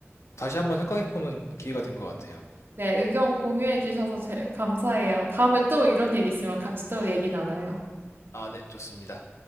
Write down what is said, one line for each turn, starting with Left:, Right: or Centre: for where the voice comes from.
Left: 다시 한번 생각해보는 기회가 된 것 같아요.
Right: 네, 의견 공유해 주셔서 제- 감사해요. 다음에 또 이런 얘기 있으면 같이 또 얘기 나눠요.
Left: 아, 네, 좋습니다.